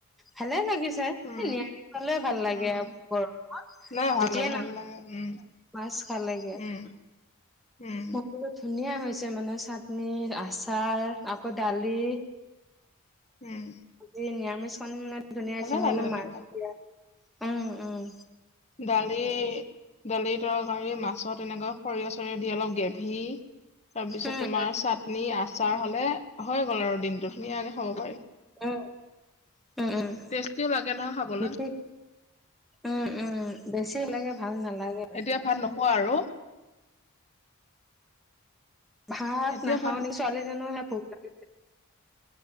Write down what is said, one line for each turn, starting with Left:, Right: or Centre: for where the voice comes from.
Centre: ভালে লাগিছে।
Left: উম
Centre: এ, নিৰামিষ হ'লেই ভাল লাগে
Left: উম
Centre: আৰু। গৰমত
Left: নাই ভাল
Centre: যেতিয়াই
Left: লাগে
Centre: নে
Left: ভাল লাগে উম
Centre: মাছ খালেগে
Left: উম উম
Centre: মোক বোলো ধুনীয়া হৈছে মানে চাটনি, আচাৰ আকৌ দালি।
Left: উম।
Centre: আজি নিৰামিষখন মানে ধুনীয়া
Left: ভালে
Centre: হৈছে মই
Left: লাগে
Centre: বোলো
Left: তেনেকুৱা
Centre: মাক দিয়া উম উম
Left: দালি দালিৰ তৰকাৰী, মাছৰ তেনেকে সৰিয়হ চৰিয়হ দি অলপ গ্ৰেভী তাৰপিছত
Centre: উম
Left: তোমাৰ চাটনি, আচাৰ হ'লে হৈ গ'ল আৰু দিনটো ধুনীয়াকে খাব পাৰি।
Centre: উ, উম, উম।
Left: টেষ্টিও লাগে নহয় খাবলৈ।
Centre: বেছি উম উম বেছি
Left: হুম।
Centre: লাগে ভাল নালাগে
Left: এতিয়া ভাত নোখোৱা আৰু?
Centre: ভাত
Left: এতিয়া
Centre: নাখাও
Left: ভাত
Centre: নেকি। ছোৱালীজনী হেনো ভুক লাগিছে।